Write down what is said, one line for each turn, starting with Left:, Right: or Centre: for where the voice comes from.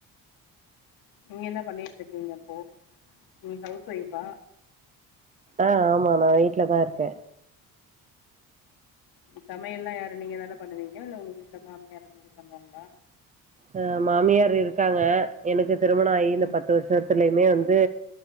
Left: நீங்க என்ன பண்ணிட்ருக்கீங்க இப்போ நீங் ஹவுஸ் ஒய்ஃபா
Right: ஆ ஆமா நா வீட்ல தாருக்கே
Left: ம் சமையல்லா யாரு நீங்க தானே பண்ணுவீங்க இல்ல உங்க வீட்ல மாமியார் அந்மாரி பண்ணுவாங்ளா
Right: ஆ மாமியார் இருக்காங்க எனக்கு திருமண ஆயி இந்த
Left: ம்
Right: பத்து வர்ஷத்துலயுமே வந்து